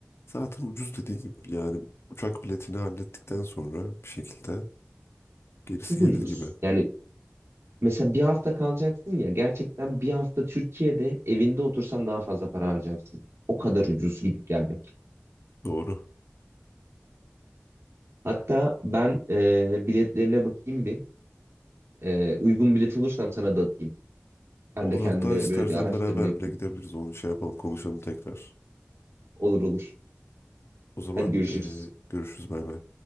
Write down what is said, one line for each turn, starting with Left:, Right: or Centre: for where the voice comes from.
Left: Zaten ucuz dediğin gibi yani uçak biletini hallettikten sonra bir şekilde
Right: <laughs>
Left: gerisi
Right: Çok
Left: gelir
Right: ucuz.
Left: gibi.
Right: Yani Mesela bir hafta kalacaksın ya gerçekten bir hafta Türkiye'de evinde otursan daha fazla para harcarsın. O kadar ucuz gidip gelmek.
Left: Doğru.
Right: Hatta ben e, biletlerine bakayım bir. E, uygun bilet olursam sana da atayım. Ben
Left: Olur
Right: de kendime
Left: hatta istersen
Right: böyle bir araştırma
Left: beraber
Right: yapayım.
Left: bile gidebiliriz. Onu şey yapalım konuşalım tekrar.
Right: Olur olur.
Left: O zaman
Right: Hadi görüşürüz.
Left: e, görüşürüz bay bay.